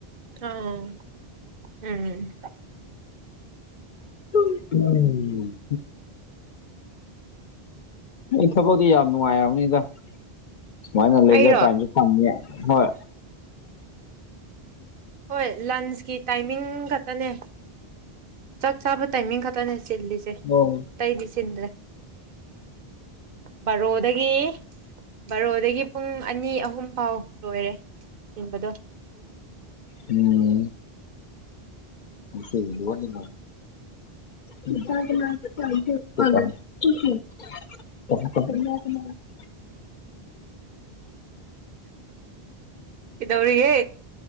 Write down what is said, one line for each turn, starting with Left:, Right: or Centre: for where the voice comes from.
Right: ꯑꯣ ꯎꯝ
Left: <unintelligible> ꯑꯩ ꯊꯕꯛꯇꯗꯤ ꯌꯥꯝ ꯅꯨꯡꯉꯥꯏꯕꯅꯤꯗ ꯁꯨꯃꯥꯏꯅ ꯂꯩꯖ
Right: ꯑꯩꯔꯣ
Left: ꯇꯥꯏꯝꯁꯨ ꯐꯪꯉꯦ ꯍꯣꯏ
Right: ꯍꯣꯏ ꯂꯟꯁꯀꯤ ꯇꯥꯏꯃꯤꯡ ꯈꯛꯇꯅꯦ ꯆꯥꯛ ꯆꯥꯕ ꯇꯥꯏꯃꯤꯡ ꯈꯛꯇꯅꯦ ꯆꯤꯜꯂꯤꯁꯦ
Left: ꯎꯝ
Right: ꯇꯩꯗꯤꯆꯤꯟꯗ꯭ꯔꯦ ꯕꯥꯔꯣꯗꯒꯤ ꯕꯥꯔꯣꯗꯒꯤ ꯄꯨꯡ ꯑꯅꯤ ꯑꯍꯨꯝ ꯐꯥꯎ ꯂꯣꯏꯔꯦ ꯆꯤꯟꯕꯗꯣ
Left: ꯎꯝ <unintelligible> <unintelligible> <inaudible>
Right: ꯀꯩ ꯗꯧꯔꯤꯒꯦ